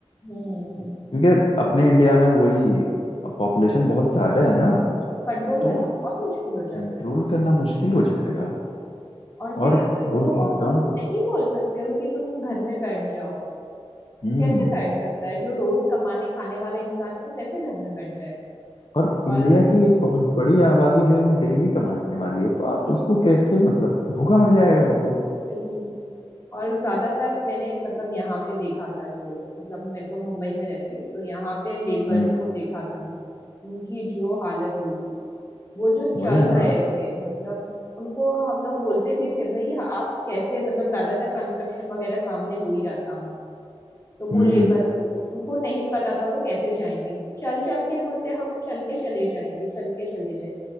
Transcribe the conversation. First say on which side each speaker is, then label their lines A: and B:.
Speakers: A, on the left; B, on the left.
A: हम्म
B: क्योंकि अपने इंडिया में वही पॉपुलेशन बहुत ज्यादा है ना
A: कंट्रोल
B: तो
A: करना बहुत मुश्किल हो जाता
B: कंट्रोल
A: है
B: करना मुश्किल हो जाएगा
A: और फिर
B: और
A: लोगों
B: वो लॉकडाउन
A: को तुम नहीं बोल सकते हो कि तुम घर में बैठ जाओ
B: हम्म
A: कैसे बैठ सकता है जो रोज कमाने खाने वाला इंसान है वो कैसे घर में बैठ जाए
B: और
A: और
B: इंडिया की एक बहुत बड़ी आबादी जो है वो डेली कमाने वाली है तो आप
A: फिर
B: उसको कैसे मतलब भूखा मर जाएगा वो तो
A: वही और ज्यादातर मैंने मतलब यहाँ पे देखा था जो मतलब मैं तो मुंबई में रहती हूँ तो यहाँ पे लेबर्स
B: हम्म
A: को देखा था मैं उनकी जो हालत हुई थी वो जो
B: वही
A: चल
B: ना
A: रहे थे मतलब उनको हम लोग बोलते भी थे भाई आप कैसे मतलब ज्यादातर कंस्ट्रक्शन वगैरह सामने हो ही रहा था तो वो
B: हम्म
A: लेबर
B: हम्म।
A: लोग उनको नहीं पता था वो कैसे जाएंगे वो चल चल के बोलते हम चल के चले जाएंगे चल के चले जाएंगे